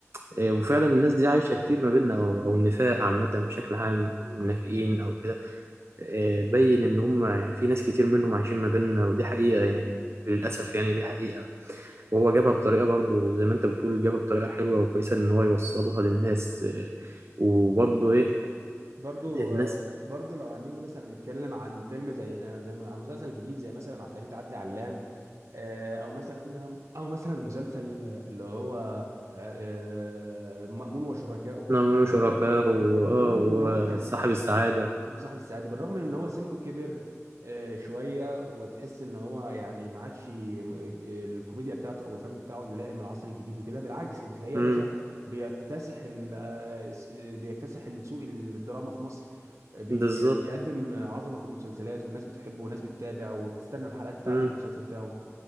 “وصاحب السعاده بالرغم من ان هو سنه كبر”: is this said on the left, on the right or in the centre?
Right